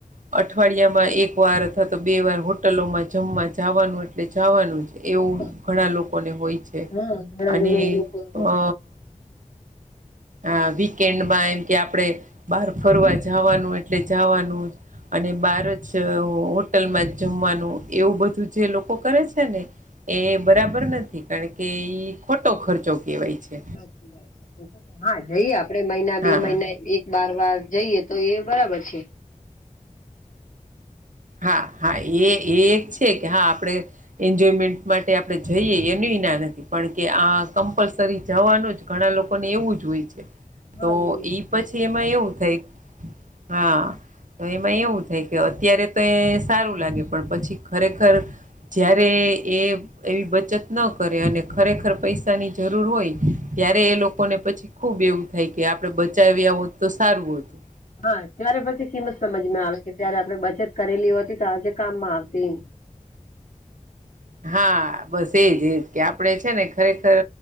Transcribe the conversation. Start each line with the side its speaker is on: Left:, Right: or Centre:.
Right: અઠવાડિયામાં એક વાર અથવા તો બે વાર હોટલોમાં જમવા જા જાવાનું એટલે જાવાનું જ એવું
Left: હા
Right: ઘણા લોકોને હોય છે.
Left: હા ઘણા
Right: અને
Left: જણા લોકો
Right: અ આ વીકેન્ડમાં એમ કે આપણે બહાર ફરવા જાવાનું એટલે જાવાનું જ. અને બાર જ હોટલમાં જ જમવાનું એવું બધું જે લોકો કરે છે ને એ બરાબર નથી. કારણ કે ઈ ખોટો ખર્ચો કેવાય છે.
Left: સાચી વાત છે. હા જઈએ આપડે મહિના બે
Right: હા
Left: મહિના એક બાર વાર જઈએ તો એ બરાબર છે.
Right: હા હા એ એ એક છે કે હા આપણે ઈન્જોયમેન્ટ માટે આપણે જઈએ એનુંય ના નથી. પણ કે આ કમ્પલસરી જવાનું જ ઘણા લોકોને એવું જ હોય છે.
Left: હા
Right: તો
Left: એવું
Right: ઈ
Left: જોઈએ
Right: પછી
Left: છે
Right: એમાં એવું થાય હા તો એમાં એવું થાય કે અત્યારે તે સારું લાગે પણ પછી ખરેખર જ્યારે એ એવી બચત ન કરે અને ખરેખર પૈસાની જરૂર હોય ત્યારે એ લોક કોને પછી ખુબ એવું થાય કે આપડે બચાવ્યા હોત તો સારું હોતું.
Left: હા ત્યારે પછી કિંમત સમજમાં આવે કે ત્યારે આપણે બચત કરેલી હોતી તો આજે કામમાં આવતી.
Right: હા બસ એજ એજ કે આપડે છે ને ખરેખર